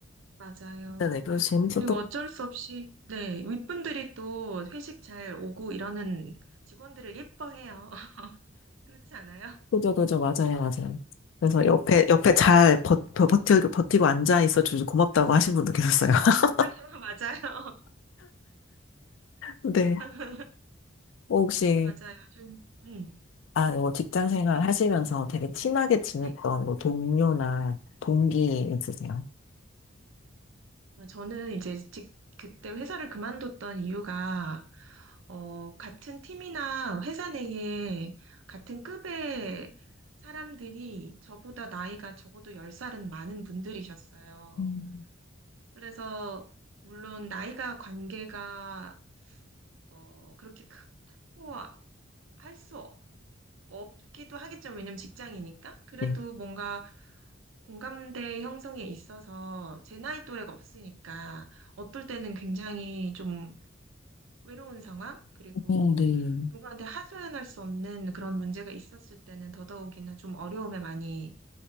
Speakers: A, on the right (about 80°); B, on the left (about 70°).
A: 맞아요.
B: 네네 그래서 재밌었던
A: 그리고 어쩔 수 없이, 네, 윗분들이 또 회식 잘 오고 이러는 직원들을 예뻐해요. <laughs> 그렇지 않아요?
B: 그죠 그죠 맞아요 맞아요. 그래서
A: 음,
B: 옆에 옆에 잘 버, 버, 버티고 버티고 앉아 있어 주셔서 고맙다고 하신 분도 계셨어요. <laughs>
A: <laughs> 맞아요.
B: 네.
A: <laughs>
B: 어, 혹시
A: 맞아요. 좀, 음,
B: 아, 뭐 직장
A: 말씀하세요.
B: 생활 하시면서 되게 친하게 지냈던
A: 네.
B: 뭐 동료나 동기 있으세요?
A: 아, 저는 이제 직, 그때 회사를 그만뒀던 이유가, 어, 같은 팀이나 회사 내에 같은 급의 사람들이 저보다 나이가 적어도 10살은 많은 분들이셨어요.
B: 음.
A: 그래서, 물론 나이가 관계가, 어, 그렇게 크고 할 수 없기도 하겠죠. 왜냐면 직장이니까. 그래도
B: 네.
A: 뭔가 공감대 형성에 있어서 제 나이 또래가 없으니까 어떨 때는 굉장히 좀 외로운 상황, 그리고
B: 어, 네.
A: 누구한테 하소연할 수 없는 그런 문제가 있었을 때는 더더욱이나 좀 어려움에 많이,